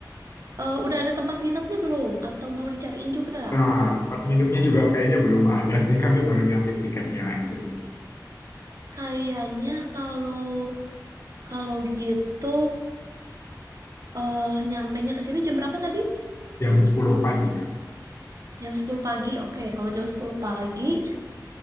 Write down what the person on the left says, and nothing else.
Nah, tempat nginepnya juga kayaknya belum ada sih. Kami baru nyiapin tiketnya aja gitu.
Jam sepuluh pagi, Kak.